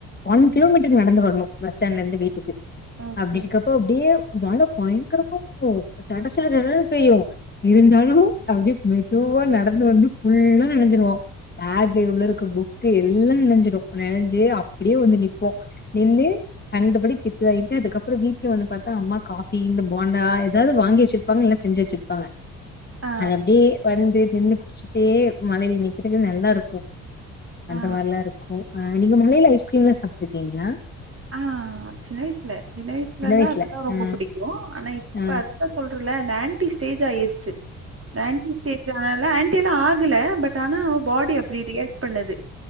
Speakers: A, on the left; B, on the right.
A: ஒன் கிலோமீட்டர் நடந்து வரணு பஸ் ஸ்டாண்ட்ல இருந்து வீட்டுக்கு
B: ஓகே
A: அப்டி இருக்கப்போ அப்டியே மழ பயங்கரமா விழு சட சட சடன்னு பெய்யு இருந்தாலு அப்டியே மெதுவா நடந்து வந்து ஃபுல்லா நனஞ்சிருவோ பேக் உள்ள இருக்க புக்கு எல்லா நனஞ்சிடு நனஞ்சி அப்டியே வந்து நிப்போ நின்னு கண்டபடி திட்டு வாங்கிட்டு அதுக்கப்பறோ வீட்ல வந்து பாத்தா அம்மா காஃபி இந்த போண்டா ஏதாது வாங்கி வச்சிருப்பாங்க இல்லன்னா செஞ்சி வச்சிருப்பாங்க
B: ஆ
A: அது அப்டியே வந்து நின்னு குடிச்சுட்டே மழைல நிக்றதுக்கு நல்லா இருக்கு அந்த
B: ஆ
A: மாறிலா இருக்கு ஆ நீங்க மழலைல ஐஸ்கிரீம்ல்லா சாப்ட்டு இருக்கிங்ளா
B: ஆ சின்ன வயசுல சின்ன வயசுலல்லா
A: வயசுல.
B: அதெல்லா ரொம்ப
A: அ
B: புடிக்கு ஆனா இப்ப
A: அ
B: அத சொல்றல இந்த ஆண்ட்டி ஸ்டேஜ் ஆயிருச்சு இந்த ஆண்ட்டி ஸ்டேஜ் இது ஆ ஆண்ட்டி எல்லா ஆகுல பட் ஆனா பாடி அப்டி ரியாக்ட் பண்ணுது